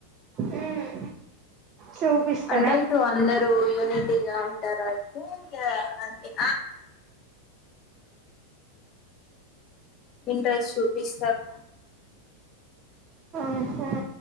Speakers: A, on the right; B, on the left.
A: మ్మ్. చూపిస్తారా
B: అంటే ఇటు అందరుూ యనీక్ టిగా ఉంటారు అయితే ఇ ఇంట్రెస్ట్ చూపిస్తారు
A: ఆహా